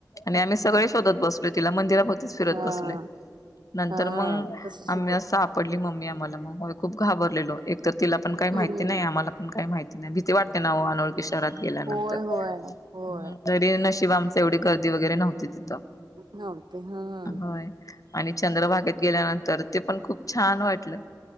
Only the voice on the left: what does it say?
आणि आम्ही सगळे शोधत बसलो तिला मंदिराभोवतीच फिरत
बसलोय नंतर
मग
आम्ही
अस सापडली मम्मी आम्हाला मग खूप घाबरलेलो एक तर तिला पण काही
माहिती नाही आम्हाला पण काही माहिती नाही भीती वाटते ना ओ अनोळखी शहरात गेल्यानंतर
हम् तरी नशिब आमचं एवढी गर्दी वगैरे नव्हती तिथं.
होय आणि चंद्रभागेत गेल्यानंतर ते पण खूप छान वाटलं.